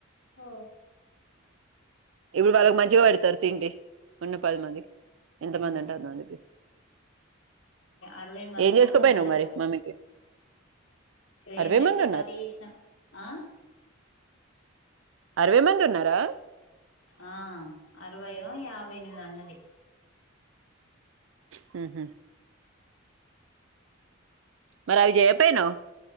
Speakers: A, on the left; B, on the right.
A: ఆ
B: ఇప్పుడు వాళ్ళకు మంచిగా పడుతు తరు తిండి ఉన్న పది మంది ఎంత
A: ఉమ్
B: మంది ఉంటే అంత మందికి
A: అరవై మందో
B: మ్ఏం చేసుకపోయినవ్
A: ఏమో ఉన్నారట
B: మరి మమ్మీకి అరవై
A: ఏం లే
B: మంది
A: చపాతీ చేసిన ఆ
B: అరవే మంది ఉన్నా ఆ
A: ఆ అరవయో యాభై ఎనిమిదో అన్నది
B: మ్ హు మరి అవి చేయకపోయినవ్